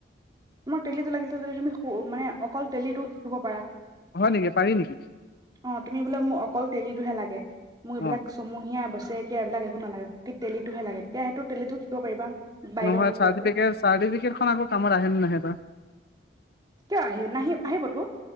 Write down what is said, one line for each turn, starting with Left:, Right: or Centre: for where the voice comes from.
Right: তোমাক তেলিটো লাগিছে যদি তুমি সো মানে অকল তেলিটো শিকিব পাৰা
Left: হয় নেকি পাৰি নেকি
Right: অ তুমি বোলে মোক অকল তেলিটোহে লাগে মোৰ এইবিলাক
Left: অ
Right: ছমহীয়া বছেৰেকীয়া এইবিলাক একো নালাগে তেলীটোহে লাগে তেতিয়া সেইটো তেলিটো শিকিব পাৰিবা বাইদেউহঁতক
Left: নহয় চাৰ্টিফিকেট
Right: কৈ পেলাই
Left: চাৰ্টিফিকেট খন আকৌ কামত আহে নাহে বা
Right: কিয় আহি নাহি আহিবতো